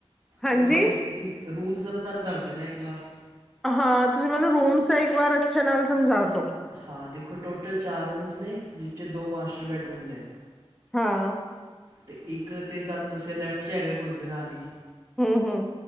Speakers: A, in the centre; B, on the right.
A: ਹਾਂਜੀ
B: ਕਿ ਜੈਨਜ ਤੁਸੀ- ਰੂਮਸ ਦਾ ਮੈ ਤੁਹਾਨੂੰ ਦਸ ਦਿੰਦਾ ਇਕ ਵਾਰ-
A: ਹਾਂ ਤੁਸੀ ਮੈਨੂੰ ਰੂਮਸ ਦਾ ਇਕ ਵਾਰ ਅੱਛੇ ਨਾਲ ਸਮਝਾ ਦੋ।
B: ਹਾਂ ਦੇਖੋ ਟੋਟਲ ਚਾਰ ਰੂਮਸ ਨੇ। ਨੀਚੇ ਦੋ ਮਾਸਟਰ ਬੈਡਰੂਮ ਨੇ।
A: ਹਾਂ-ਹਾਂ,
B: ਤੇ ਇੱਕ ਤੇ ਤੁਹਾਨੂੰ ਦੱਸਿਆ ਲੈਫਟ 'ਚ ਹੈਗਾ ਉਸ ਦੇ ਨਾਲ ਹੀ।
A: ਹੂੰ ਹੂੰ।